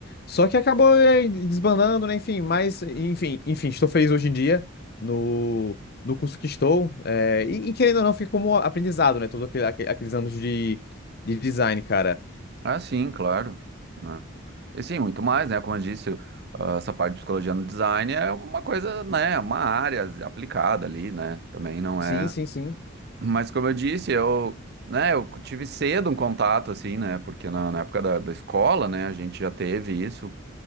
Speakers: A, on the left; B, on the right.
A: Só que acabou é, desbandando, né? Enfim, mas, enfim, enfim, estou feliz hoje em dia no, no curso que estou. é, e, e querendo ou não, fica como aprendizado, né? Todos aquele, aque- aqueles anos de, de design, cara.
B: Ah, sim, claro, né? E sim, muito mais, né? Como eu disse, ah, essa parte de psicologia no design é uma coisa, né? Uma área aplicada ali, né? Também não
A: Sim,
B: é.
A: sim, sim.
B: Mas como eu disse, eu, né? Eu tive cedo um contato assim, né? Porque na, na época da, da escola, né? A gente já teve isso.